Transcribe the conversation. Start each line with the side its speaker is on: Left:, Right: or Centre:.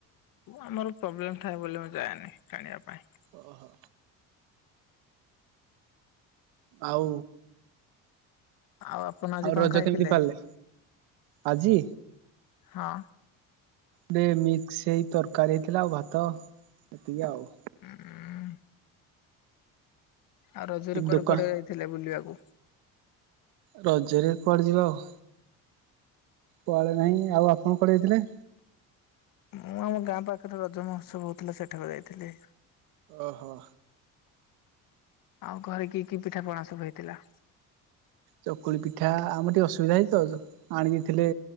Left: ଆମର ପ୍ରୋବ୍ଲେମ ଥାଏ ବୋଲି ମୁଁ ଯାଏନି। ଟାଣିବା ପାଇଁ।
Right: ଓହୋ। ଆଉ।
Left: ଆଉ ଆପଣ ଆଜି
Right: ଆଉ
Left: କଣ
Right: ରଜ
Left: ଖାଇଥିଲେ?
Right: କେମିତି ପାଳିଲେ? ଆଜି
Left: ହଁ।
Right: ଗୋଟେ ମିକ୍ସ ହେଇ ତରକାରୀ ହେଇଥିଲା ଆଉ ଭାତ ଏତିକି ଆଉ।
Left: ଉଁ ଆଉ ରଜରେ କୁଆଡେ
Right: ଦୋକାନ
Left: କୁଆଡେ ଯାଇଥିଲେ ବୁଲିବାକୁ?
Right: ରଜରେ କୁଆଡେ ଯିବା ଆଉ। କୁଆଡେ ନାହିଁ ଆଉ ଆପଣ କୁଆଡେ ଯାଇଥିଲେ?
Left: ମୁଁ ଆମ ଗାଁ ପାଖରେ ରଜ ମହୋତ୍ସବ ହଉଥିଲା ସେଠାକୁ ଯାଇଥିଲି।
Right: ଓହୋ।
Left: ଆଉ ଘରେ କି କି ପିଠା ପଣା ସବୁ ହେଇଥିଲା?
Right: ଚକୁଳି ପିଠା ଆମର ଟିକେ ଅସୁବିଧା ହେଇଚି ତ ଆଣି ଦେଇ ଥିଲେ